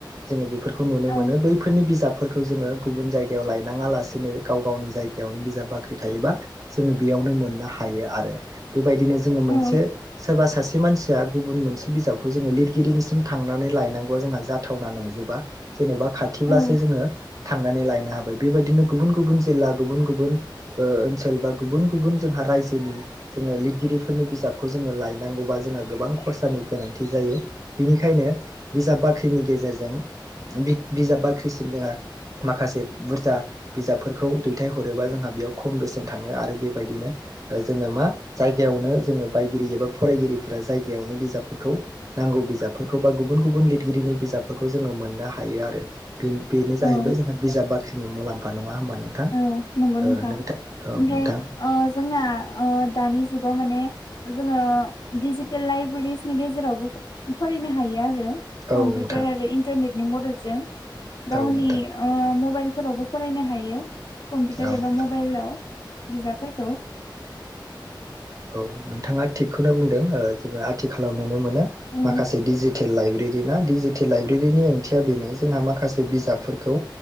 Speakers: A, on the right (about 45°); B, on the left (about 55°).
A: जोंङो बेफोर खौ नुनो
B: औ
A: मोनो बैफोरनि बिजाबफोरखौ जोङो गुबुन जायगायाव लाय मोनाङा लासिनो गाव गावनि जायगायावनो बिजाब बाख ख्रि थायोबा जोङो बेयावनो मोननो हायो आरो बेबायदिनो जोङो
B: औ
A: मोनसे सोरबा सासे मानसिया गुबुन मोनसे बिजाबखौ जोङो लिरगिरिनिसिम थांनानै लायनांगौआ जोंहा जाथावना नंजोबा। जेन'बा खाथिब्लासो
B: औ
A: जोङो थांनानै लायनो हाबाय बेबायदिनो गुबुन गुबुन जिल्ला गुबुन गुबुन ओ ओनसोल बा गुबुन गुबुन जोंहा रायजोनि जोङो लिरगिरिफोरनि बिजाबखौ जोङो लायनांगौबा जोंहा गोबां खरसानि गोनांथि जायो। बेनिखायनो बिजाब बाख्रिनि गेजेरजों बिजाब बाख्रिसिम जोंहा माखासे बुरजा बिजाबफोरखौ दैथायहरोबा जोंहा बेयाव खम बेसेन थाङो आरो बेबायदिनो जोङो मा जायगायावनो जोङो बायगिरि एबा फरायगिरिफोरा जायगायावनो बिजाबफोरखौ नांगौ बिजाबफोरखौ बा गुबुन गुबुन लिरगिरिनि बिजाबफोरखौ जोंङो मोननो हायो आरो। बेनो जाहैबाय
B: औ
A: जोंहा बिजाब बाख्रिनि मुलाम्फा नंङा होमबा? नोंथां
B: औ नंगौ नोंथां
A: ओ औ
B: ओमफ्राय
A: नोंथां
B: ओ जोंना ओ दानि जुगाव माने जोंङो दिजिटेल लाइब्रेरिनि गेजेरावबो फरायनो हायो आरो
A: औ
B: कम्पिउटार
A: नोंथां
B: आरो इन्टारनेटनि मददजों गावनि
A: औ नोंथां
B: ओ मबाइल फोरावबो फरायनो हायो कम्पिउटार
A: औ
B: एबा मबाइलाव। बिजाबफोरखौ।
A: औ औ नोंथांङा थिगखौनो बुंदों ओ जोंङो आथिखालाव नुनो मोनो
B: औ
A: माखासे देजि टेल लाइब्रेरि ना डिजिटेल लाइब्रेरिनि ओंथिया बेनो जोंहा माखासे बिजाबफोरखौ